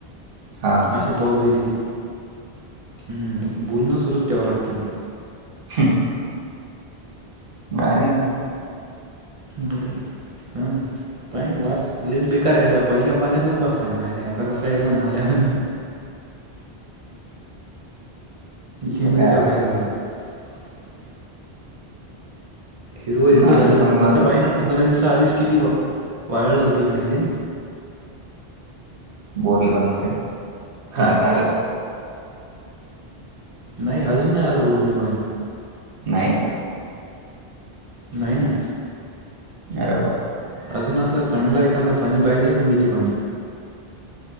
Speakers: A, on the right; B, on the right.
A: हा हा
B: अशी पॉज दिली की. हम्म, बोलणं सुरूच ठेवाव लागते मग.
A: <inaudible> भारी मग.
B: बर ऐक हा पायना वास लईच बेकार रायला. पहिल्या पाण्याचाच वास चांगला आहे ते आता कस याला नाल्या आणि
A: असं
B: लिमिडच्या
A: काय
B: बाहेर झाला. <inaudible> हिरव-हिरव
A: नालाच
B: झालं
A: पाणी वाहत
B: आता
A: असेल
B: पाहि ना पंधरा दिवसा आधीच किती वा वाळलं होत इकडे आहे का हे?
A: बोरले बनवते हा कळाल काय?
B: नाही अजून नाही आला बोरला पाणी.
A: नाही?
B: नाही ना.
A: अरे वा!
B: अजून असा चांगला एखादा पाणी पाहिजे मंग येते पाणी.